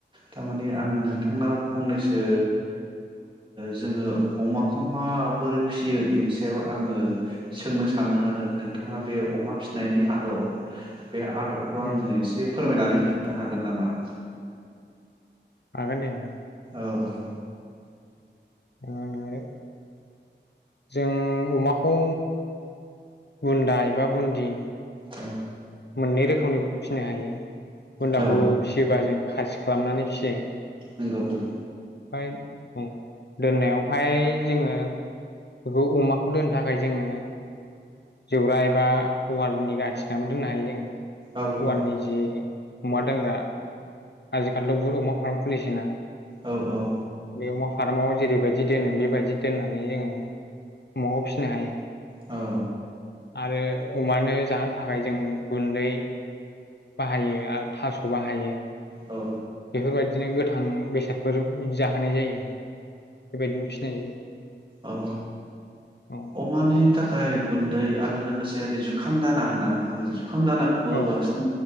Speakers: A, on the right; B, on the left.
A: थारमानि आङो नोंथांनाव फंनैसो जोङो अमाखौ माबोरै फियो बिनि सायाव आङो सोंनो सानदों आरो नोंथाङा बे अमा फिनायनि आदब बे आदबखौ आंनो
B: उम
A: एसे फोरमायनानै होननो हागोन नामा? <inaudible>
B: हागोन दे नोंथां।
A: औ औ।
B: <unintelligible> जों अमाखौ बुन्दा एबा बुन्दि
A: औ।
B: मोननै रोखोमनि फिसिनो हायो। बुन्दाखौ
A: औ
B: फिसियोबा जों खासि खालामनानै फियो।
A: नंगौ।
B: ओमफ्राय उम दोननायावहाय जोङो बेखौ अमाखौ दोननो थाखाय जोङो जौरा एबा वालनि गथिनाबो दोननो हायो जोङो।
A: औ औ
B: वालनि जि अमा दोनग्रा आजिखालिथ' बहुत अमा फार्म खुलिसैना?
A: औ औ।
B: बे अमा फार्माव जेरैबायदि दोनो बेबायदि दोननानै जोङो अमाखौ फिसिनो हायो।
A: औ।
B: आरो अमानो जाहोनो थाखाय जों गुन्दै बाहायो आरो थास' बाहायो।
A: औ।
B: बेफोरबायदिनो गोथां बेसादफोर जाहोनाय जायो। बेबायदिनो फिनाय जायो।
A: औ।
B: औ
A: अमानि थाखाय गुन्दै लोगोसे ओरै जुखाम दाना होनना बुङो जुखाम दानाखौबो
B: औ
A: बांसिन